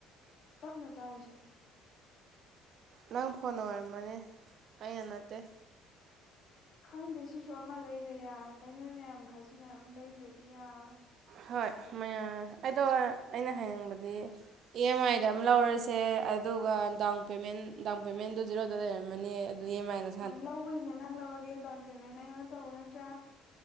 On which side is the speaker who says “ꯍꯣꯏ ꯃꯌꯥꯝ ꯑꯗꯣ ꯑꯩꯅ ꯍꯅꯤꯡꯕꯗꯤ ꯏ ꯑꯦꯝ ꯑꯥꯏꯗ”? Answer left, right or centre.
Right